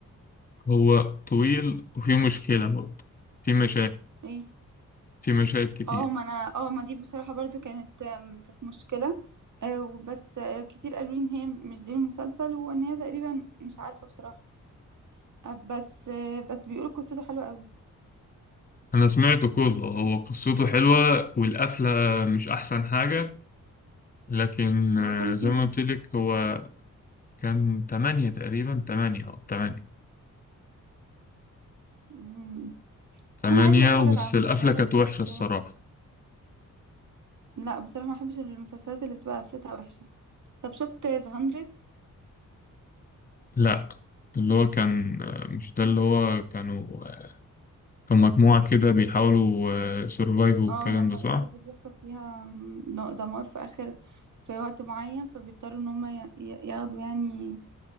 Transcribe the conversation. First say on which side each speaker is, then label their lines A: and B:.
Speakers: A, on the left; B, on the right.
A: هو طويل وفيه مشكلة برضه في مشاهد
B: ايه
A: في مشاهد كتير
B: اه ما انا اه ما دي بصراحة برضو كانت آم، كانت مشكلة آه، وبس آه، كتير قالوا لي ان هي مش دي المسلسل وان هي تقريبا مش عارفة بصراحة آه، بس آه، بس بيقولوا قصته حلوة قوي
A: أنا سمعته كله هو قصته حلوة والقفلة مش أحسن حاجة لكن آه،
B: هو كام سيزون
A: زي ما قلت لك هو كان تمانية تقريبا تمانية أه تمانية
B: مم.
A: تمانية
B: انا عادي بتفرج
A: بس
B: على مسلسلات
A: القفلة كانت وحشة الصراحة
B: كمان لا بصراحة ما بحبش المسلسلات اللي بتبقى قفلتها وحشة طب شفت ذا هندرد
A: لأ اللي هو كان آه، مش ده اللي هو كانوا كان مجموعة كده بيحاولوا سيرفايفوا
B: اه
A: الكلام
B: لما
A: ده صح؟
B: الارض بيحصل فيها م- دمار في اخر في وقت معين فبيضطروا ان هم ي- ي- ياخدوا يعني